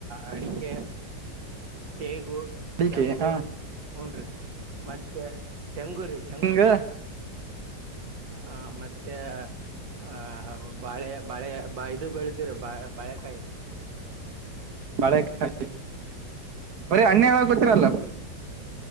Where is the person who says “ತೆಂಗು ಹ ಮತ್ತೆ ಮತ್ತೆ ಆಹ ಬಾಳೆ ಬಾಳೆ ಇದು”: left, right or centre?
Right